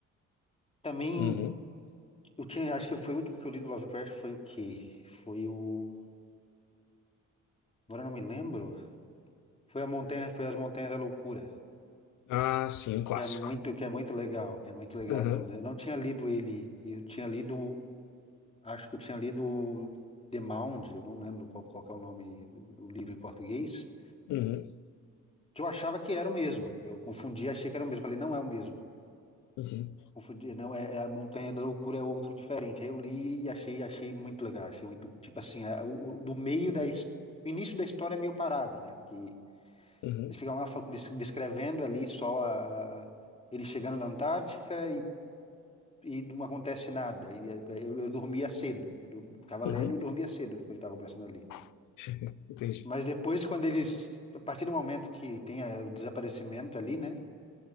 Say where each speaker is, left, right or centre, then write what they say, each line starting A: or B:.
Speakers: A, on the left; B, on the left.
A: Também
B: Uhum.
A: eu tinha, acho que foi o último que eu li do Lovecraft foi o quê? Foi o, agora eu não me lembro. Foi a montanha, foi as Montanhas da Loucura,
B: Ah, sim, um clássico.
A: que é muito, que é muito legal, que é muito legal
B: Aham,
A: das montanhas. Eu não tinha lido ele, eu tinha lido, acho que eu tinha lido The Mound, eu não lembro qual, qual que é o nome do, do livro em português,
B: uhum,
A: que eu achava que era o mesmo. Eu confundi, achei que era o mesmo. Falei, não é o mesmo.
B: uhum,
A: Confundi, não é, é a Montanha da Loucura é outro diferente. Aí eu li e achei, achei muito legal, achei muito, tipo assim, é, o, o- do meio da, his- o início da história é meio parado, né? Porque
B: uhum,
A: Eles ficam lá fa- des- descrevendo ali só a, a- ele chegando na Antártica e, e não acontece nada. E eh, eu, eu dormia cedo. Eu dur- ficava
B: uhum.
A: lendo e dormia cedo depois estava começando ali.
B: <laughs> Entendi.
A: Mas depois, quando eles. A partir do momento que tem eh, o desaparecimento ali, né?